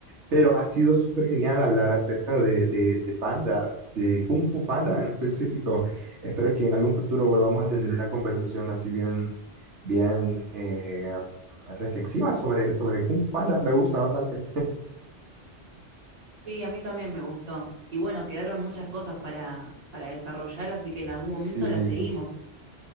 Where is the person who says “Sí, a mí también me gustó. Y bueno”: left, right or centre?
Right